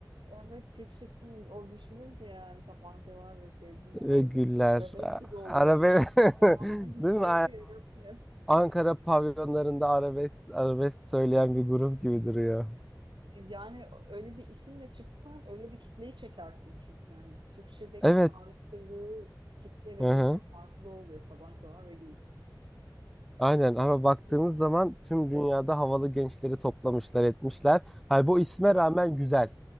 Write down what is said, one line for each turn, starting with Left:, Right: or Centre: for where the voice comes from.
Right: evet Türkçesini o düşününce yani tabancalar ve şey bu ne arabesk
Centre: Ve güller.
Right: arabesk gibi oluyor
Centre: Arabe
Right: bizde.
Centre: <laughs>
Right: Zamanı hissiyatı
Centre: değil mi?
Right: yaratmıyor.
Centre: Ankara pavyonlarında arabesk, arabesk söyleyen bir grup gibi duruyor.
Right: Yani öyle bir isimle çıksan öyle bir kitleyi çekersin çünkü yani Türkçedeki
Centre: Evet.
Right: çağrıştırdığı kitle ve
Centre: Hı hı.
Right: duygu farklı oluyor tabancalar ve
Centre: Aynen ama baktığımız
Right: güller.
Centre: zaman tüm dünyada havalı gençleri toplamışlar etmişler. Hay bu isme rağmen güzel.